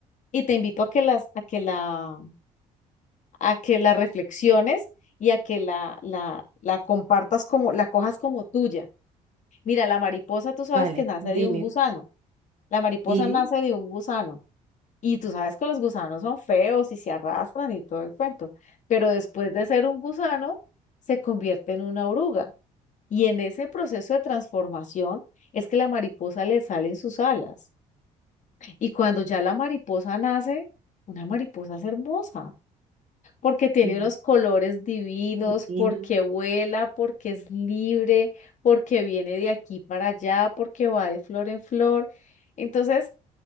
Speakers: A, on the left; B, on the right.
A: y te invito a que las, a que la a que la reflexiones y a que la, la, la compartas como, la cojas como tuya. Mira, la mariposa tú sabes
B: vale,
A: que nace
B: dime.
A: de un gusano, la mariposa
B: Sí,
A: nace de un gusano y tú sabes que los gusanos son feos y se arrastran y todo el cuento, pero después de ser un gusano se convierte en una oruga y en ese proceso de transformación es que la mariposa le salen sus alas y cuando ya la mariposa nace, una mariposa es hermosa. porque tiene
B: sí,
A: unos colores divinos,
B: divino.
A: porque vuela, porque es libre, porque viene de aquí para allá, porque va de flor en flor. Entonces,